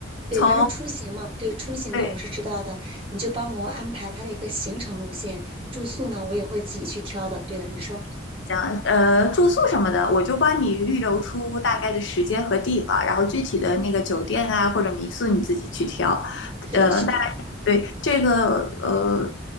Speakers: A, on the right; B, on the left.
A: 对，
B: 从
A: 反正出行嘛，对，出行呢我是知道的，
B: 对。
A: 你就帮我安排它的一个行程路线，住宿呢我也会自己去挑的。对的，你说
B: 讲呃，住宿什么的，我就帮你预留出大概的时间和地方，然后具体的那个酒店啊或者民宿你自己去挑。
A: 是的，
B: 呃，
A: 是的，
B: 大概对这个呃